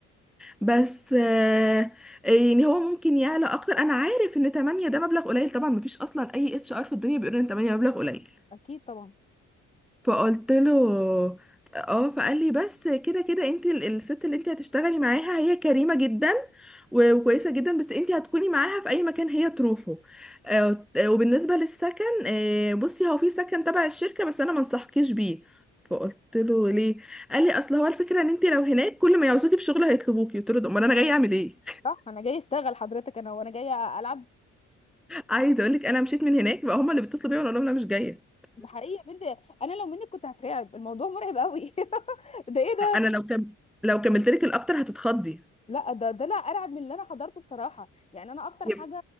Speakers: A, in the centre; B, on the left (about 20°).
A: بس آه، يعني هو ممكن يعلى اكتر انا عارف ان 8 ده مبلغ قليل طبعا مفيش اصلا اي اتش ار في الدنيا بيقول ان 8 مبلغ قليل
B: اكيد طبعا
A: فقلت له اه فقال لي بس كده كده انت ال- الست اللي انت هتشتغلي معاها هي كريمة جدا و- وكويسة جدا بس انت هتكوني معاها في اي مكان هي تروحه آه، وبالنسبة للسكن آه، بصي هو في سكن تبع الشركة بس انا ما انصحكيش بيه فقلت له ليه قال لي اصل هو الفكره ان انت لو هناك كل ما يعوزوكي في شغل هيطلبوكي قلت له ده امال انا جاي اعمل ايه
B: صح انا جاي اشتغل حضرتك انا وانا جايه العب
A: عايزه اقول لك انا مشيت من هناك بقى هما اللي بيتصلوا بيا وانا اقول لهم انا مش جايه
B: ده حقيقي يا بنتي انا لو منك كنت هترعب الموضوع مرعب قوي <laughs> ده ايه ده
A: انا لو كم لو كملت لك الاكتر هتتخضي
B: لا ده ده لا ارعب من اللي انا حضرته الصراحه يعني انا اكتر
A: يب-
B: حاجه